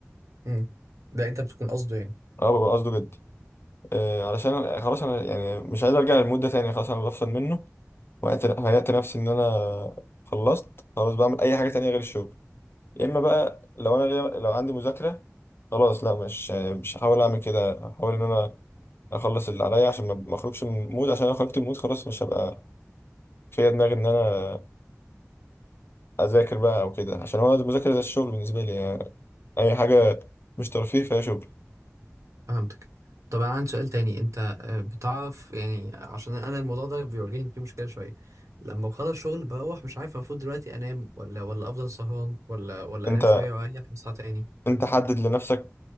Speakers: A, on the right; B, on the left.
A: امم ده انت بتكون قصده يعني
B: أه ببقى قصده جد آه، علشان أنا- خلاص انا يعني مش عايز ارجع للمود ده تاني خلاص انا بفصل منه وهيأت هيأت نفسي ان انا خلصت خلاص بعمل اي حاجه تانية غير الشغل يا اما بقى لو انا ليا- لو عندي مذاكره خلاص لا مش مش هحاول اعمل كده هحاول ان انا اخلص اللي عليا عشان ما ما اخرجش من المود عشان لو خرجت من المود خلاص مش هبقى فيا دماغي ان انا اذاكر بقى او كده عشان هو المذاكره زي الشغل بالنسبه لي يعني اي حاجه مش ترفيه فيها شغل
A: فهمتك طب انا عندي سؤال تاني انت آه، بتعرف يعني عشان انا الموضوع ده بيواجهني فيه مشكله شويه لما بخلص شغل بروح مش عارف المفروض دلوقتي انام ولا ولا افضل سهران ولا ولا
B: انت
A: انام شويه واريح اصحى تاني
B: انت حدد لنفسك